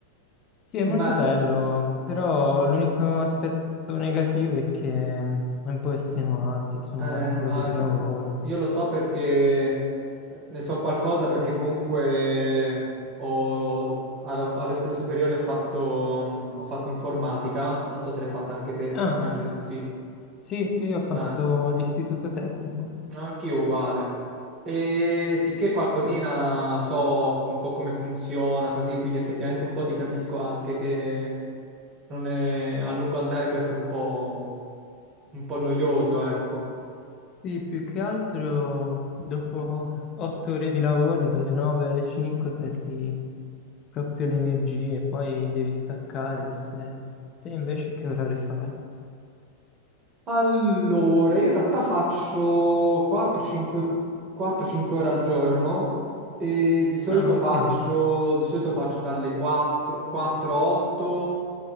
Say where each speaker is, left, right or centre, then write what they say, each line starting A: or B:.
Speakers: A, on the left; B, on the right.
A: Sì, è molto
B: Imma-
A: bello, però l'unico aspetto negativo è che è un po' estenuante, sono
B: Eh,
A: otto
B: immagino.
A: ore di lavoro.
B: Io lo so perché ne so qualcosa perché comunque ho- allo- alle scuole superiori ho fatto, mm, ho fatto informatica. Non so se l'hai fatta anche te,
A: Ah,
B: immagino di sì.
A: sì, sì, ho fatto
B: Eh,
A: l'istituto tecnico.
B: anch'io uguale. E sicché qualcosina so un po' come funziona così, quindi effettivamente un po' ti capisco anche che non è, a lungo andare può essere un po', un po' noioso, ecco.
A: Sì, più che altro dopo otto ore di lavoro, dalle 9 alle 5, perdi proprio le energie, poi devi staccare alle 6. Te invece che orari fai?
B: Allora, io in realtà faccio 4-5 4-5 ore al giorno e di solito
A: Ah, ok.
B: faccio, di solito faccio dalle 4, 4 a 8,